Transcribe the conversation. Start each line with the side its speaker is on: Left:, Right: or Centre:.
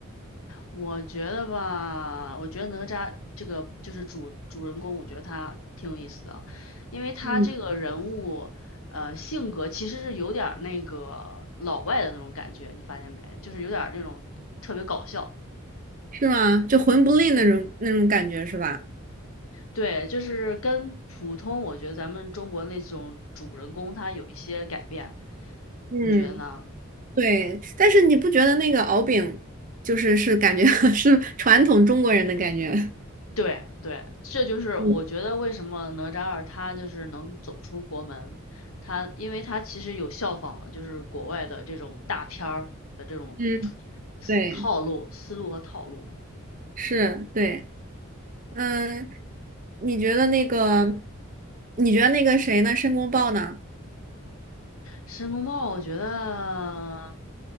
Left: 我觉得吧，我觉得哪吒这个就是主主人公，我觉得他挺有意思的，因为他这个人物，
Right: 嗯。
Left: 呃，性格其实是有点儿那个老外的那种感觉，你发现没？就是有点儿那种特别搞笑，
Right: 是吗？就魂不吝那种那种感觉是吧？
Left: 对，就是跟普通我觉得咱们中国那种主人公他有一些改变，
Right: 嗯，
Left: 你觉得呢？
Right: 对，但是你不觉得那个敖丙，就是是感觉 <laughs> 是传统中国人的感觉？
Left: 对对，这就是我觉得为什么哪吒二他就是能走出国门，
Right: 嗯
Left: 他因为他其实有效仿了就是国外的这种大片儿的这种
Right: 嗯，对，
Left: 套路、思路和套路。
Right: 是，对，嗯，你觉得那个，你觉得那个谁呢？申公豹呢？
Left: 申公豹我觉得